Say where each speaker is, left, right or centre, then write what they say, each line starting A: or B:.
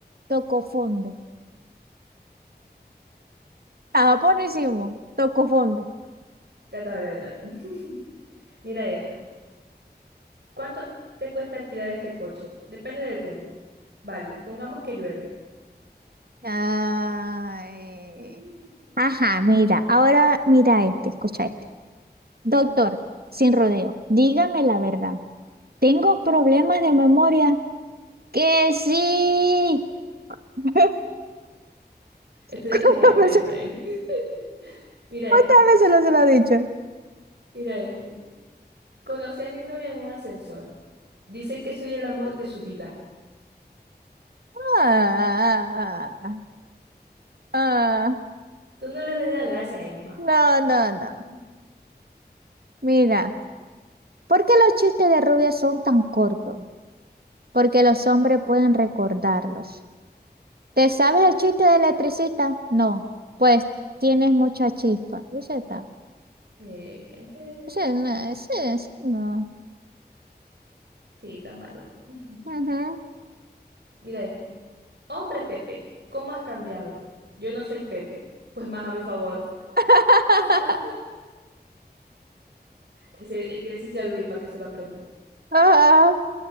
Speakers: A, on the right; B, on the right.
A: Tocó fondo. Estaba buenísimo. Tocó fondo.
B: Trataba de ahorita bien. <laughs> Mira esta. ¿Cuánto te cuesta alquilar este coche? Depende del tiempo. Vale, pongamos que llueve.
A: Ay.
B: <laughs>
A: Ajá, mira, ahora mira este, escucha este. Doctor, sin rodeo, dígame la verdad. ¿Tengo problemas de memoria? Que sí. <laughs>
B: Este,
A: ¿Cuántas
B: está bien, está
A: veces,
B: bien, está bien. <laughs> Mira
A: cuántas
B: esta,
A: veces lo se lo he dicho?
B: mira este. Conocí a mi novia en un ascensor. Dice que soy el amor de su vida.
A: Ah, ah,
B: Tú no le ves la gracia, Emma.
A: no, no, no.
B: <laughs>
A: Mira, ¿por qué los chistes de rubia son tan cortos? Porque los hombres pueden recordarlos. ¿Te sabes el chiste del electricista? No. Pues tienes mucha chispa. Ese está.
B: Eh, ese.
A: Ese no, ese, ese no.
B: Sí, está malo. <laughs>
A: Ujú.
B: Mira este. Hombre Pepe, ¿cómo has cambiado? Yo no soy Pepe, pues más a mi favor.
A: <laughs>
B: <laughs> Ese hay que decirse a Luis para que se lo aprenda.
A: Ah,